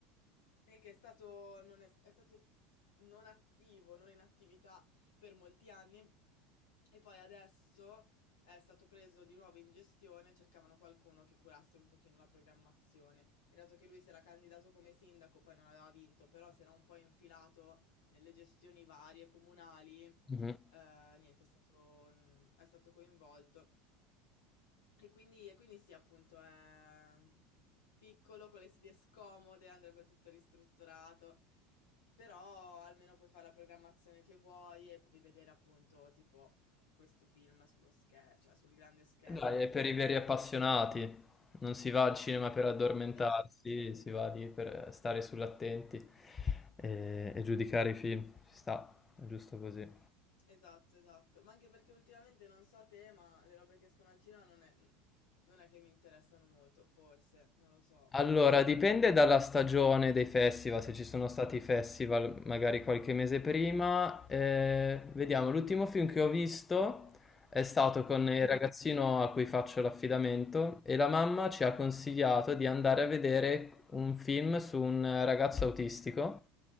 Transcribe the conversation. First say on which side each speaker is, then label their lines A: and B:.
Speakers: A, on the left; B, on the left.
A: e che è stato, non è, è stato non attivo, non in attività per molti anni e poi adesso è stato preso di nuovo in gestione, cercavano qualcuno che curasse un pochino la programmazione e dato che lui si era candidato come sindaco, poi non aveva vinto, però si era un po' infilato nelle gestioni varie comunali, eh,
B: Mhm.
A: niente, è stato, mm, è stato coinvolto. E quindi, e quindi sì, appunto, è piccolo, con le sedie scomode, andrebbe tutto ristrutturato, però almeno puoi fare la programmazione che vuoi e puoi vedere appunto tipo mh, questo film sullo schermo, cioè sul grande schermo
B: Dai,
A: che
B: è per
A: tendenzialmente...
B: i veri appassionati. Non si va al cinema per addormentarsi,
A: Esatto,
B: si va lì per stare sull'attenti e, e giudicare i film. Ci sta, è giusto così.
A: esatto, esatto. Ma anche perché ultimamente non so te, ma le robe che escono al cinema non è, mm, non è che mi interessano molto, forse, non lo so.
B: Allora, dipende dalla stagione dei festival, se ci sono stati i festival magari qualche mese prima. Eh, vediamo, l'ultimo film che ho visto è stato con
A: Mm?
B: il ragazzino a cui faccio l'affidamento e la mamma ci ha consigliato di andare a vedere un film su un ragazzo autistico